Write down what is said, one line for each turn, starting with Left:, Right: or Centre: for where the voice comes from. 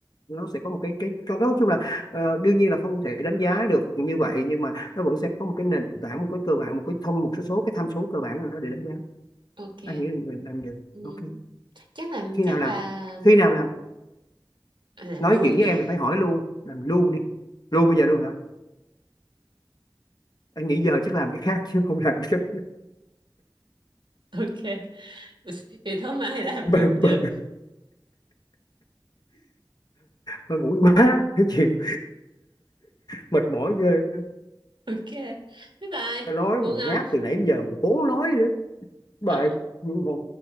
Left: nó sẽ có một cái cái cho nó nói chung là ờ, đương nhiên là không thể đánh giá được như vậy nhưng mà nó vẫn sẽ có một cái nền tảng một cái cơ bản một cái thông một số số cái tham số cơ bản nào đó để đánh giá
Right: ok
Left: anh nghĩ là như vậy làm được
Right: ừ.
Left: ok
Right: chắc là
Left: khi
Right: chắc
Left: nào làm
Right: là
Left: khi nào làm
Right: ờ, làm
Left: nói
Right: luôn
Left: chuyện với
Right: đi
Left: em là phải hỏi luôn làm luôn đi luôn bây giờ luôn hả anh nghĩ giờ chắc làm cái khác chứ không làm cái
Right: ok <laughs> vậy thôi mai làm
Left: bơ,
Right: cũng được
Left: <laughs> bơ. bơ ngủ với má cái chuyện mệt mỏi ghê
Right: ok bye bye
Left: nói
Right: ngủ
Left: mà
Right: ngon
Left: ngáp từ nãy đến giờ mà còn cố nói nữa bye
Right: Ờ.